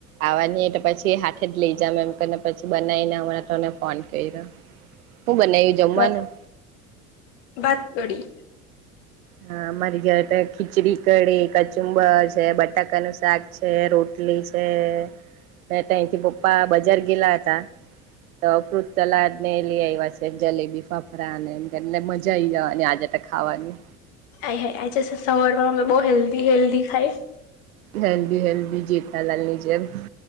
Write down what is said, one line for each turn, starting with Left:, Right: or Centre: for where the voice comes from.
Right: આવાની હોય તો પછી હાથે જ લઈ જામ એમ કરને પછી બનાઈને અમણા તને ફોન કર્યો. હું બનાવ્યું જમવાનું
Left: બેક ભાત કડી
Right: હા અમારી જ તો ખીચડી કડી કચુંબ છે બટાકાનું શાક છે રોટલી રોટલી છેત્યા ત્યાથી પપ્પા બજાર ગેલા હતા તો અફૃત તલાદ ને એ લઈ આવ્યા છે જલેબી ફાફરા ને એમ કે એટલે મજા આઈ જવા આજે તે ખાવાની
Left: આય હે આ સ સ સવાર બહુ હેલ્ધી હેલ્ધી ખાય
Right: હેલ્દી હેલ્દી જીતાલાલ ની જેમ